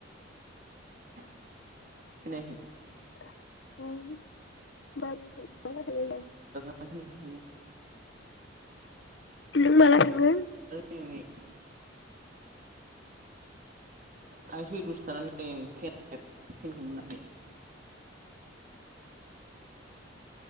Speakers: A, on the right; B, on the left.
A: खोनायाखै।
B: <inaudible>
A: <inaudible>
B: नों माला थांगोन
A: नि थांसै दसे थानानै फेनखौ मोनाखै हायो